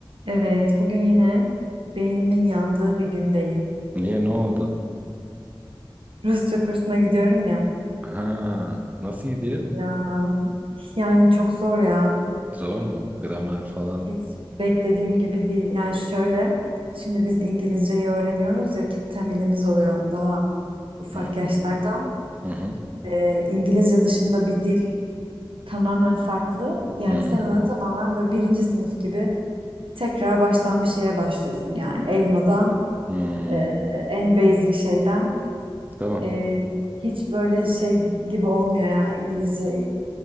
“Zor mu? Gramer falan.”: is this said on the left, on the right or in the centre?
Right